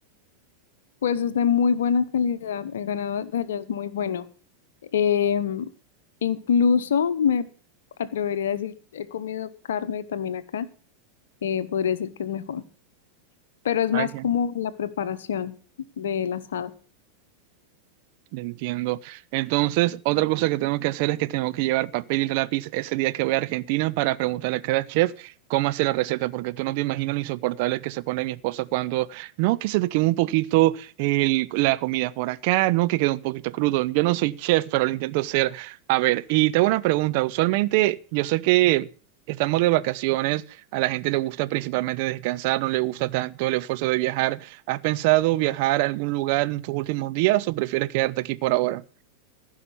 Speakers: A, on the left (about 60°); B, on the right (about 45°).
A: Pues es de muy buena calidad, el ganado de allá es muy bueno. Em, incluso me atrevería a decir, he comido carne también acá, eh, podría decir que es mejor, pero es
B: Vaya.
A: más como la preparación del asado.
B: Entiendo. Entonces, otra cosa que tengo que hacer es que tengo que llevar papel y lápiz ese día que voy a Argentina para preguntarle a cada chef cómo hacer la receta, porque tú no te imaginas lo insoportable que se pone mi esposa cuando, no, que se te quemó un poquito el- la comida por acá, no, que quedó un poquito crudo. Yo no soy chef, pero lo intento ser. A ver, y te hago una pregunta. Usualmente, yo sé que estamos de vacaciones, a la gente le gusta principalmente descansar, no le gusta tanto el esfuerzo de viajar. ¿Has pensado viajar a algún lugar en tus últimos días o prefieres quedarte aquí por ahora?